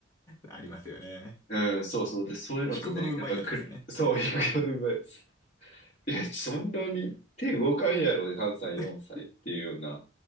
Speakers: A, on the left; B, on the left.
A: ありますよね。
B: うん、そうそう。で、そういうのとね、
A: 引くほどうまいやつですよね。
B: やっぱく、そう、いくらでもうまい。いや、そんなに手動かんやろ、3歳、
A: <laughs>
B: 4歳っていうような。